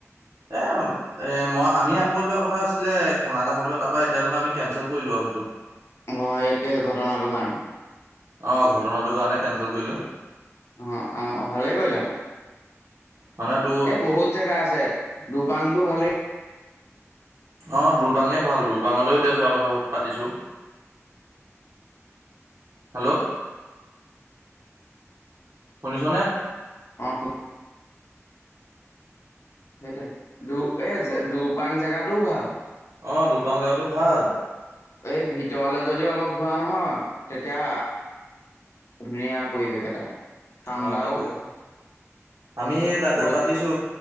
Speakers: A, on the right; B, on the left.
A: <unintelligible> এ মই আমি আকৌ লোৱা কথা আছিলে খানা এটা খাবলে তা পা এতিয়াল মা আমি কেনচেল কৰিলো আৰু সেইটো।
B: অ একে ঘটনাটোৰ কাৰণে।
A: অ ঘটনাটোৰ কাৰণে কেনচেল কৰিলো।
B: অ অ ভালে কৰিলা।
A: মানে তোৰ
B: এই বহুত জেগা আছে দুপাংতটো ভালে।
A: অ দুৰপাঙে ভাল দুপাঙলৈও এতিয়া যোৱা কথা পাতিছো হেল্ল' শুনিছ নে
B: অ শু সেইটোৱে দু এই দুপাং জেগাটোও ভাল
A: অ দুপাং জেগাটো ভাল
B: এই ভিতৰলে যদি অলপ যোৱা নহয় তেতিয়া ধুনীয়া পৰিৱেশ এটা ঠাণ্ডাও
A: অ তাকে আমি তাকে
B: ৰ'দ
A: পাতিছো